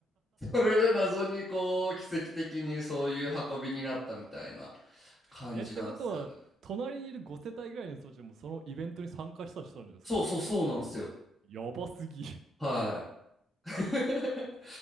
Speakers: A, in the centre; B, on the right.
A: それで謎にこう奇跡的にそういう運びになったみたいな。感じなんですよね。
B: え、ってことは、隣にいる5世帯ぐらいの人たちでもそのイベントに参加した人なんですか
A: そうそうそうなんですよ。
B: やばすぎ。<laughs>
A: はい。<laughs>